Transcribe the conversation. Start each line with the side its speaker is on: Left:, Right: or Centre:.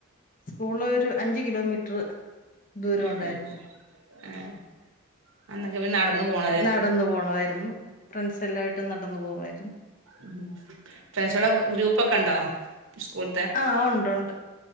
Left: സ്കൂളൊരു അഞ്ച് കിലോമീറ്റർ. ദൂരം
Right: ഏഹ്
Left: ഉണ്ടായിരുന്നു
Right: ഏഹ് അന്നൊക്കെ പിന്നെ നടന്ന് പോണ
Left: നടന്ന് പോണമായിര്ന്നു ഫ്രണ്ട്സെല്ലായിട്ടും നടന്നു പോവുമായിരുന്നു.
Right: ഉം ഫ്രണ്ട്സെളെ ഗ്രൂപ്പൊക്കെണ്ടോ സ്കൂൾ
Left: ആഹ് ഉണ്ടുണ്ട്